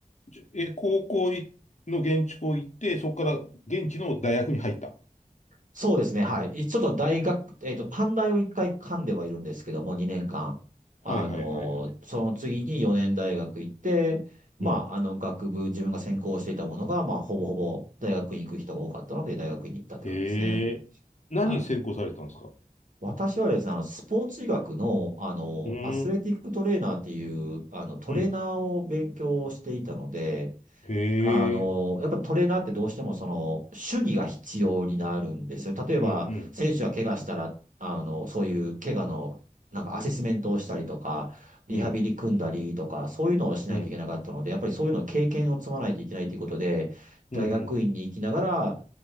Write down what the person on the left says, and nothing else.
じゃえ、高校いの現地校行って、そこから現地の大学に入った。
はい、はい、はい、はい。
うん。
ええ。何専攻されたんですか
うん、
うん。へ
え。
うん、
うん、うん、
うん、
うん、うん、